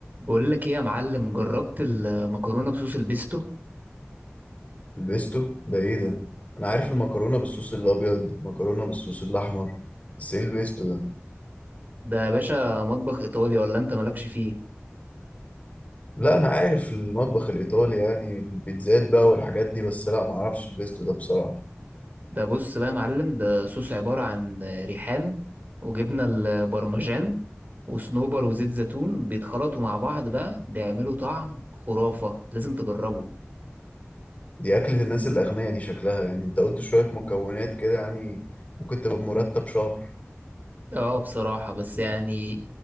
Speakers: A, on the right; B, on the left.
A: بقول لك ايه يا معلم جربت المكرونه بصوص البيستو
B: البيستو ده ايه ده انا عارف المكرونه بالصوص الابيض مكرونه بالصوص الاحمر بس ايه البيستو ده
A: ده يا باشا مطبخ ايطالي ولا انت مالكش فيه
B: لا انا عارف المطبخ الايطالي يعني البيتزات بقى والحاجات دي بس لا ما اعرفش البيستو ده بصراحه
A: ده بص بقى يا معلم ده صوص عباره عن ريحان وجبنه البرمجان وصنوبر وزيت زيتون بيتخلطوا مع بعض بقى بيعملوا طعم خرافه لازم تجربه
B: دي اكله الناس الاغنياء دي شكلها يعني انت قلت شويه مكونات كده يعني ممكن تبقى بمرتب شهر
A: اه بصراحه بس يعني